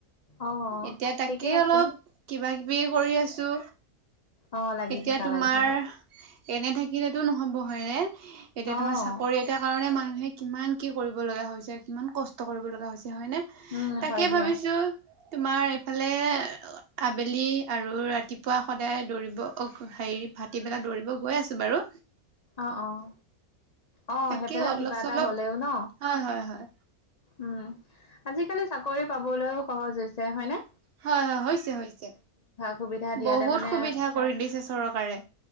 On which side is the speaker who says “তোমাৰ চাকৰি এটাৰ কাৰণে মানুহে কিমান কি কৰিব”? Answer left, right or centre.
Right